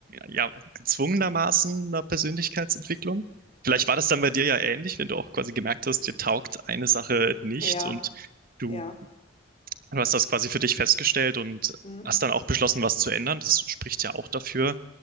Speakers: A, on the right (about 50°); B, on the left (about 30°).
A: ja, gezwungenermaßen einer Persönlichkeitsentwicklung. Vielleicht war das dann bei dir ja ähnlich, wenn du auch quasi gemerkt hast, dir taugt eine Sache nicht
B: Ja,
A: und du,
B: ja.
A: du hast das quasi für dich festgestellt und
B: Mhm.
A: hast dann auch beschlossen, was zu ändern. Das spricht ja auch dafür,